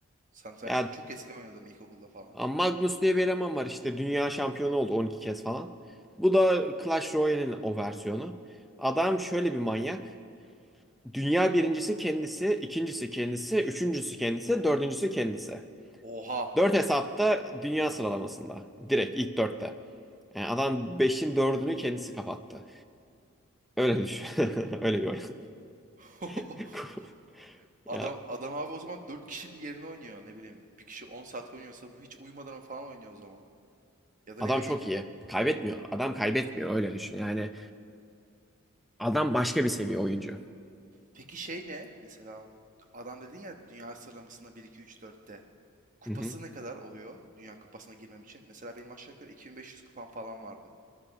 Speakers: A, on the right; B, in the centre.
A: Satrançta
B: Ya
A: çok eskiden oynadım ilkokulda falan.
B: Magnus diye bir eleman var işte dünya şampiyonu oldu 12 kez falan. Bu da Clash Royale'in o versiyonu. Adam şöyle bir manyak. Dünya birincisi kendisi, ikincisi kendisi, üçüncüsü kendisi, dördüncüsü kendisi.
A: Oha.
B: Dört hesapta dünya sıralamasında. Direkt ilk dörtte. Yani adam beşin dördünü kendisi kapattı. Öyle düşün. <laughs> Öyle gör.
A: <laughs>
B: <laughs>
A: Adam
B: Ya
A: adam abi o zaman dört kişinin yerine oynuyor ne bileyim. Bir kişi 10 saat oynuyorsa bu hiç uyumadan falan oynuyor o zaman. Ya da
B: Adam
A: ne bileyim.
B: çok iyi. Kaybetmiyor. Adam kaybetmiyor öyle düşün. Yani adam başka bir seviye oyuncu.
A: Peki şey ne? Mesela adam dedin ya dünya sıralamasında bir 2 3 dörtte. Kupası
B: Hı hı.
A: ne kadar oluyor Dünya Kupası'na girmem için? Mesela benim aşağı yukarı 2500 kupam falan vardı.